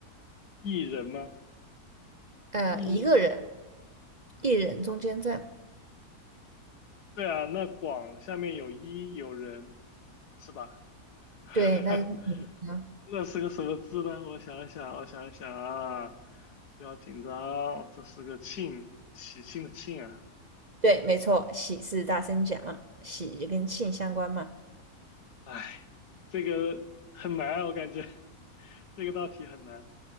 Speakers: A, on the left (about 85°); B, on the right (about 40°).
A: 一人吗？
B: 呃，
A: 一。
B: 一个人，一人中间站，
A: 对啊，那广下面有一有人，是吧？<laughs>
B: 对，那就是你啊，
A: 那是个什么字呢？我想一想，我想一想啊，不要紧张，这是个庆，喜庆的庆啊。
B: 对，没错，喜是大声讲嘛喜就跟庆相关嘛，
A: 哎，这个很难啊，我感觉 <laughs> 这个道题很难。